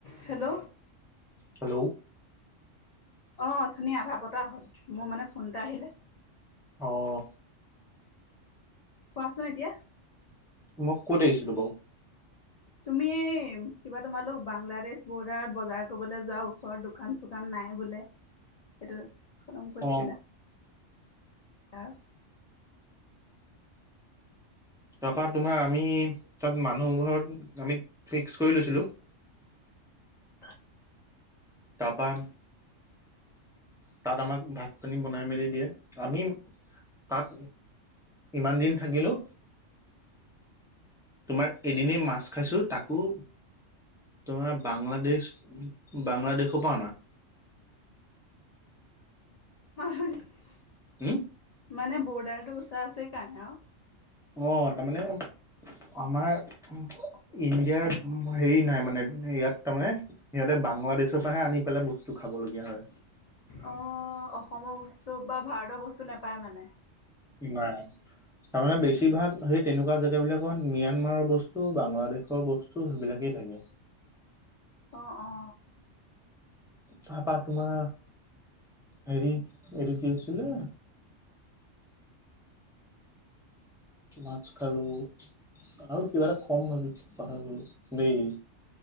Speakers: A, on the left (about 85°); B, in the centre.
A: Hello.
B: Hello.
A: অহ, ধুনিয়া আধা পতা হ'ল, মোৰ মানে ফোন এটা আহিলে।
B: অহ।
A: কোৱাচোন এতিয়া?
B: মই ক'ত এৰিছিলোঁ বাৰু?
A: তুমি এই কিবা তোমালোক বাংলাদেশ বৰ্ডাৰত বজাৰ কৰিবলৈ যোৱা ওচৰ দোকান-চোকান নাই বোলে, সেইটোত খতম কৰিছিলা।
B: অ
A: <unintelligible>
B: তাৰপৰা তোমাৰ আমি তাত, মানুহ ঘৰত আমি ফিক্স কৰি লৈছিলোঁ।
A: <unintelligible>
B: তাৰপা তাত আমাক ভাত পানী বনাই মেলি দিয়ে, আমি তাত ইমান দিন থাকিলোঁ তোমাৰ এদিনেই মাছ খাইছোঁ, তাকো তোমাৰ বাংলাদেশ, বাংলাদেশৰ পৰা অনা।
A: <unintelligible>
B: হম?
A: মানে বৰ্ডাৰটো ওচৰা ওচৰি কাৰণে আৰু।
B: অ', তাৰমানে আমাৰ, ইণ্ডিয়াৰ হেৰি নাই মানে ইয়াত তাৰমানে সিহঁতে বাংলাদেশৰ পৰাহে আনি পেলাই বস্তু খাব লগীয়া হয়।
A: অ', অসমৰ বস্তু বা ভাৰতৰ বস্তু নাপায় মানে?
B: নাই, তাৰমানে বেছিভাগ সেই তেনেকুৱা
A: অ
B: জেগা বিলাক মান ম্যানমাৰৰ বস্তু, বাংলাদেশৰ বস্তু সেইবিলাকেই থাকে।
A: অ', অ'।
B: তাপৰা তোমাৰ, হেৰি এইটো কি আছিলে মাছ খালোঁ আৰু কিবা এটা ক'ম ভাবিছো পাহৰি গ'লো দেই।